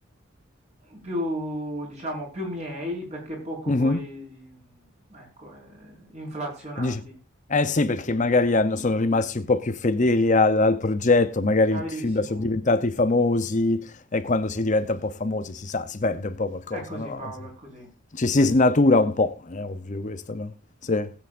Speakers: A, on the right (about 35°); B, on the left (about 35°).
A: più, diciamo, più miei perché poco
B: mhm.
A: poi, ecco, eh, inflazionati.
B: E dice, eh sì, perché magari hanno- sono rimasti un po' più fedeli al, al progetto, magari
A: Bravissimo.
B: il film sono diventati famosi e quando si diventa un po' famosi si sa, si perde un po' qualcosa,
A: È così
B: no?
A: Paolo,
B: Insomma,
A: è così.
B: Ci si snatura un po', è ovvio questo, no? Sì.